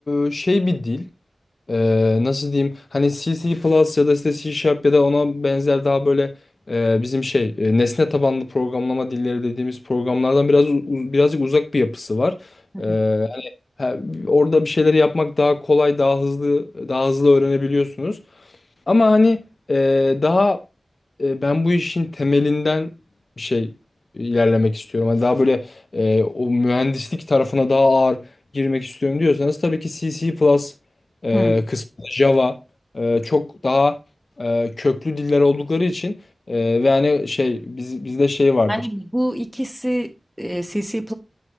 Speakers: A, on the left; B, in the centre.
A: e, şey bir dil. Eee, nasıl diyeyim hani C++ C Plus ya da işte C Sharp ya da ona benzer daha böyle eee, bizim şey e, nesne tabanlı programlama dilleri dediğimiz programlardan biraz u- birazcık uzak bir yapısı var.
B: Hı
A: Eee,
B: hı.
A: hani ha, orada bir şeyleri yapmak daha kolay, daha hızlı, daha hızlı öğrenebiliyorsunuz. Ama hani eee, daha e, ben bu işin temelinden bir şey ilerlemek istiyorum. Hani daha böyle e, o mühendislik tarafına daha ağır girmek istiyorum diyorsanız tabii ki CC++ e,
B: Hı.
A: kısmı Java e, çok daha e, köklü diller oldukları için e, ve hani şey biz, bizde şey vardır.
B: Bu ikisi e, CC